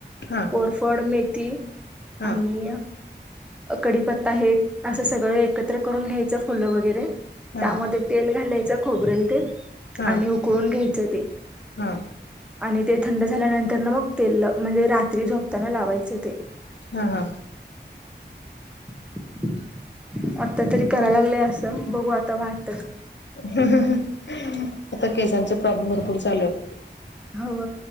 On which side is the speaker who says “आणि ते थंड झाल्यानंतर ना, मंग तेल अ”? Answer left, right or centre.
Centre